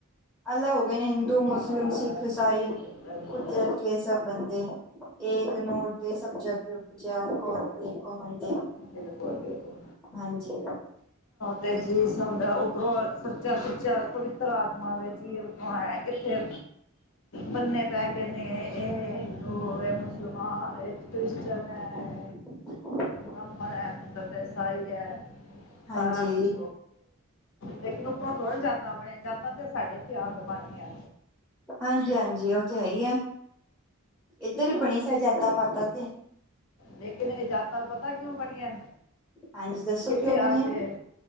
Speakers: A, in the centre; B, on the left.
A: ਅਲੱਗ ਹੋ ਗਏ ਨੇ ਹਿੰਦੂ, ਮੁਸਲਿਮ,
B: ਹਾਂ
A: ਸਿੱਖ, ਈਸਾਈ
B: ਬਿਲਕੁਲ
A: ਕੁਦਰਤ ਕੇ ਸਭ ਬੰਦੇ ਏਕ ਨੂਰ ਤੇ ਸਭ ਜਗ ਉਪਜਿਆ ਕੌਣ ਭਲੇ ਕੋਣ ਮੰਦੇ।
B: ਬਿਲਕੁਲ- ਬਿਲਕੁਲ
A: ਹਾਂਜੀ।
B: ਤੇ ਜੀ ਸਭ ਦਾ ਉਪਰੋ ਸੱਚਾ ਸੁੱਚਾ ਪਵਿਤਰ ਆਤਮਾ ਦੇ ਜੀ ਇਥੇ ਬੰਨੇ ਪੈ ਗਏ ਨੇ ਇਹ ਹਿਦੂ ਇਹ ਮੁਸਲਮਾਨ ਐ। ਕ੍ਰਿਸਚਨ ਏ।
A: <inaudible>
B: ਬ੍ਰਾਹਮਣ ਹੈ। ਤੇ ਇਸਾਈ ਹੈ
A: ਹਾਂਜੀ,
B: ਸਾਰਾ ਕੁਛ ਲੇਕਿਨ ਉਰ ਥੋੜਾ ਯਦਾ ਬਣਿਆ ਯਦਾ ਤੇ ਸਾਡੇ ਇਤਿਹਾਸ ਬਣ ਗਿਆ
A: ਹਾਂਜੀ- ਹਾਂਜੀ ਉਹ ਤੇ ਹੈ ਈ ਏ। ਇਧਰ ਵੀ ਬਣੀ ਸਬ ਜਾਤਾ ਪਾਤਾ ਤੇ
B: ਲੇਕਿਨ ਇਹ ਜਾਤਾਂ ਪਤਾ ਕਿਉਂ ਬਣੀਆਂ,
A: ਹਾਂਜੀ ਦੱਸੋ
B: ਕਿੱਥੇ
A: ਕਿਉਂ ਬਣੀ
B: ਆ
A: ਹੈ
B: ਕੇ